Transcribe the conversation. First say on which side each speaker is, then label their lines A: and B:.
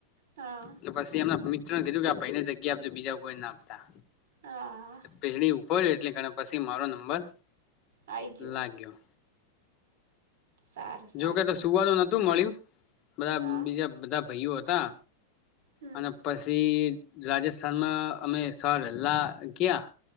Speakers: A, on the right (about 75°); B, on the left (about 35°).
A: હા
B: એલે પછી અમે ભૂમિક કીધું કે આ પને જગ્યા આપજ બીજા કોઈ ના આપતા
A: હા
B: પસડી ઉપર એટલે કન પછી મારો નંબર
A: આઈ ગયો
B: લાગ્યો
A: સારું
B: જોકે
A: સારું
B: તો
A: લ્યો
B: સુવા તો નતું મળ્યું બધા
A: હા
B: બીજા બધા ભઈઓ હતા
A: હમ
B: અને પછી રાજસ્થાનમાં અમે સવાર વેલ્લા ગયા.